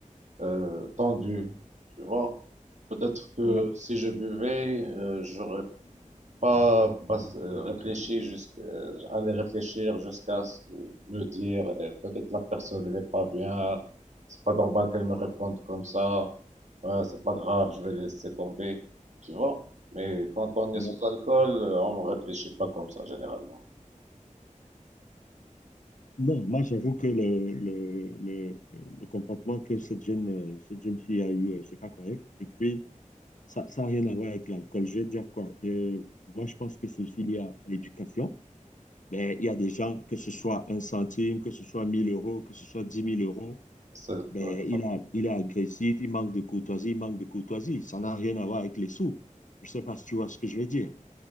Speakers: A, on the right (about 60°); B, on the left (about 70°).
A: euh, tendu, tu vois. Peut-être que
B: ouais,
A: si je buvais, euh, j'aurais pas, pas euh, réfléchir jusqu'à, aller réfléchir jusqu'à ce que me dire, euh, peut-être la personne n'est pas bien, c'est pas normal qu'elle me réponde comme ça, Ouais, c'est pas grave, je vais laisser tomber, tu vois. Mais quand on est
B: ouais.
A: sous alcool, euh, on réfléchit pas comme ça généralement.
B: Non, moi j'avoue que le, le, le, le comportement que cette jeune, euh, cette jeune fille a eu, euh, c'est pas correct. Et puis, Ça, ça n'a rien à voir avec l'alcool. Je vais dire quoi? Euh, moi, je pense que c'est aussi lié à à l'éducation. Ben, il y a des gens, que ce soit un centime, que ce soit 1000 euros, que ce soit dix mille euros,
A: C'est,
B: ben,
A: ça-
B: il a, il est agressif, il manque de courtoisie, il manque de courtoisie. Ça n'a rien à voir avec les sous. Je ne sais pas si tu vois ce que je veux dire.